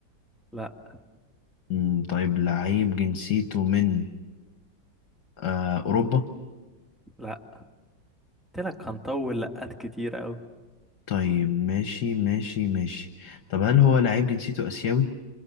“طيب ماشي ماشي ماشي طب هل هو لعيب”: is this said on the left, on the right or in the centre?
Left